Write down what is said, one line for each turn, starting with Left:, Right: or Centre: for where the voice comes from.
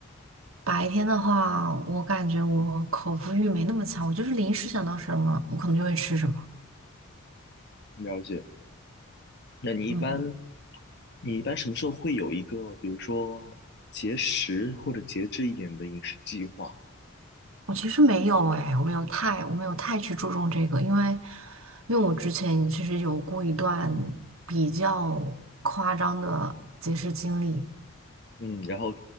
Right: 白天的话，我感觉我口腹欲没那么强，我就是临时想到什么，我可能就会吃什么。
Left: 了解。那你一般，
Right: 嗯，
Left: 你一般什么时候会有一个，比如说节食或者节制一点的饮食计划？
Right: 我其实没有哎，我没有太，我没有太去注重这个，因为，因为我之前其实有过一段比较夸张的节食经历。
Left: 嗯，然后